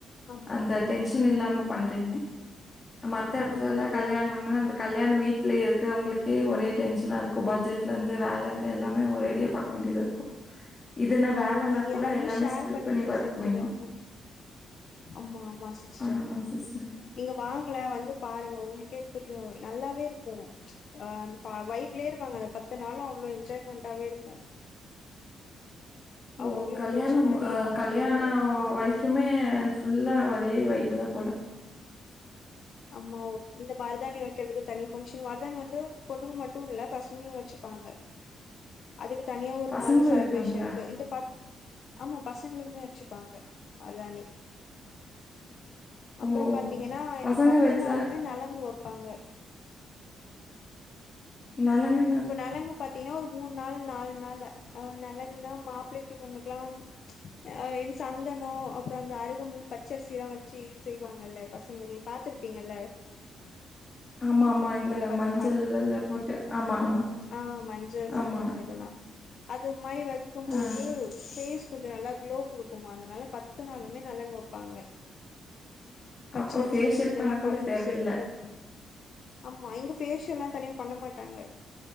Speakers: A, on the left; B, on the left.
A: ஆம்
B: அந்த டென்ஷன் இல்லாம பண்றீங்க மத்த இடத்துல
A: ஆமா
B: எல்லா
A: எல்லாம்
B: கல்யாண கல்யாணம் வீடல இருக்கிறவங்களுக்கே ஒரே டென்ஷனா இருக்கும் பட்ஜெட்ல இருந்து வேல இருந்து எல்லாமே ஒரே நெறைய பார்க்க வேண்டியதா இருக்கும் இதுன்னா வேலைனா
A: ஆமா இங்க
B: கூட
A: எல்லாருமே
B: எல்லாமே
A: ஷேர்
B: ஸ்பிளிட்
A: பண்ணிட்டு
B: பண்ணி பார்த்துக்குவீங்க
A: செஞ்சுருவாங்க ஆமா ஆமா சிஸ்டர்
B: ஆமா சிஸ்டர்.
A: நீங்க வாங்கல வந்து பாருங்க உங்களுக்கே புரியும் நல்லாவே இருக்கும் ஆ அ வைப்லயே இருப்பாங்க அந்த பத்து நாளும் அவ்ளோ என்ஜாய்மெண்டாவே இருக்கும் அவங்கவுங்களுக்கு
B: ஓ கல்யாணம்
A: புடிச்ச மாரி பாத்துக்கிட்டு
B: கல்யாண வ வரைக்குமே ஃபுல்லா அதே வைப்புு தா போல
A: ஆமா இந்த மருதாணி வைக்கிறதுக்கு தனி ஃபங்ஷன் மருதணி வந்து பொண்ணுங்க மட்டும் இல்ல பசங்களு வச்சுப்பாங்க அதுக்கு தனியா ஒரு
B: பசங்களும்
A: நாலு செலப்ரேஷனுக்கு
B: வைப்பாங்களா?
A: இந்த பத் ஆமா பசங்களுக்குமே வச்சிருப்பாங்க மருதானி அப்பற
B: ஓ!
A: பாத்தீங்கன்னா
B: பசங்க
A: இந்த பத்து
B: வச்சா
A: நாளுமே நலங்கு வைப்பாங்க
B: நலங்கு
A: இப்ப நிலங்கு பாத்தீங்கன்னா ஒரு மூணு நாள் நாலு நாள்ல நலங்குன்னா மாப்பிள்ளைக்கு பொண்ணுக்கலா அ சந்தனோ அப்பற அந்த அருகம்பல் பச்சரிசி எல்லாம் வச்சு செய்வாங்கல்ல பசங்க பாத்துருப்பீங்கள்ள
B: ஆமா இந்த
A: பாருங்க
B: மஞ்சள் எல்லா போட்டு ஆமா ஆமா
A: ஆஹ் மஞ்சள்
B: ஆமா.
A: சந்தனம் இதெல்லா அது மாதிரி வைக்கும்
B: ஆ
A: போது பேஸ் கொஞ்ச நல்லா க்ளோ குடுக்குமா அதனால பத்து நாளுமே நல்லங்க வைப்பாங்க பச்சரிசி
B: அப்ப ஃபேஷியல்
A: இதெல்லா
B: பண்ண கூட
A: கலஞ்ச
B: தேவையில்ல.
A: செய்யும்போ ஆமா இங்க ஃபேசியல் எல்லா தனியா பண்ண மாட்டாங்க